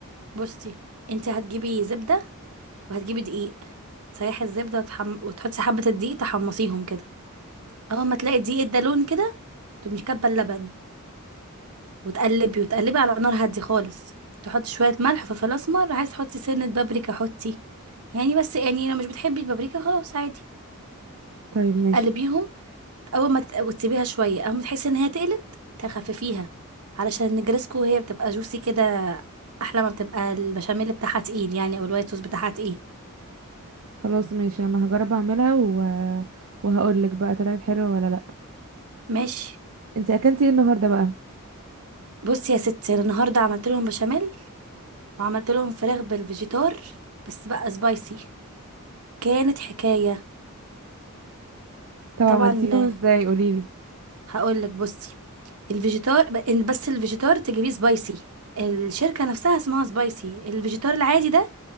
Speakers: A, on the right; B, on the right.
A: بصي انت هتجيبي زبدة وهتجيبي دقيق تسيحي الزبدة وتحم... وتحطي حبة الدقيق تحمصيهم كده أول ما تلاقي الدقيق ده لون كده تقومي كبة اللبن وتقلبي وتقلبي على نار هادية خالص تحطي شوية ملح وفلفل أسمر عايز تحطي سنة بابريكا حطي يعني بس يعني لو مش بتحبي البابريكا خلاص عادي
B: طيب ماشي
A: تقلبيهم اول ما تت- وتسيبيها شويه اول ما تحسي ان هي تقلت تخففيها علشان النجرسكو هي بتبقى جوسي كده احلى ما بتبقى البشاميل بتاعها تقيل يعني او الوايت صوص بتاعها تقيل
B: خلاص ماشي انا هجرب اعملها و... وهقول لك بقى طلعت حلوه ولا لا
A: ماشي
B: انت اكلتي ايه النهارده بقى
A: بصي يا ستي أنا النهارده عملت لهم بشاميل وعملت لهم فراخ بالفيجيتار بس بقى سبايسي كانت حكايه
B: طب عملتيهم
A: طبعا
B: ازاي قولي لي
A: هقول لك بصي الفيجيتار ب- إن بس الفيجيتار تجيبيه سبايسي الشركه نفسها اسمها سبايسي الفيجيتار العادي ده